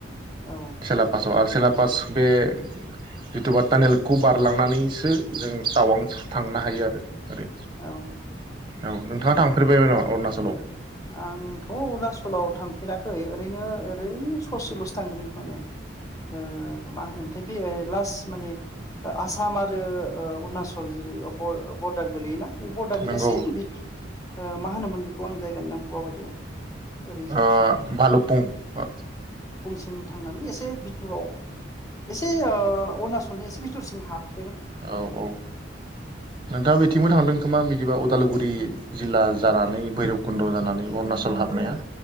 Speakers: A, on the left; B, on the right.
A: औ
B: सेलापासाव आरो सेलापास बे जिथुबा टानेलखौ बारलांनानैसो जों टावां थांनो हायो आरो। ओरै।
A: औ
B: औ नोंथाङा थांफेरबायबो नामा अरुणाचलाव?
A: आंथ' अरुणचलाव थांफेराखै ओरैनो ओरै ससेल'सो थांदों माने ओ मा होनोमोनथाय बे ओ लास्ट माने आसाम आरो अरुणचल जेरै बर बरदार गोलैयोना बे बरडारनि
B: नंगौ
A: एसे बिद ओ मा होनोमोन बेखौ आं जायगानि नाम बावगारदो ओरैजाय
B: ओ भालुपुं आ
A: थिं थांनानै एसे बिथुराव एसे ओ अरुणचलनि एसे बिथुरसिं हाब
B: औ औ नोंथाङा बिथिंबो थांदों खोमा बिदिबा उदालगुरि जिल्ला जानानै भैरबकुन्द' जानानै अरुणाचल हाबनाया